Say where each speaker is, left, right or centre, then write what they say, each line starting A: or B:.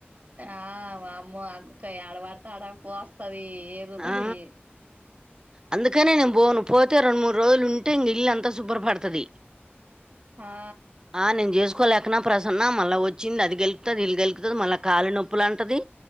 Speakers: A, on the right; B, on the right.
A: ఆ వామ్మో అక్కయాడ తడ పో పోస్తాది ఎరుగుతాది.
B: ఆ అందుకనే నేను పోను పోతే రెండు మూడు రోజులు ఉంటే ఇంక ఇల్ అంతా శుభ్రపడతాది.
A: ఆ
B: ఆ నేను చేసుకోలేకనా ప్రసన్న మళ్ళా వచ్చింది అది గెలుకుతాది ఇది గెలుకుతాది. మళ్ళా కాళ్ల నొప్పులు అంటది.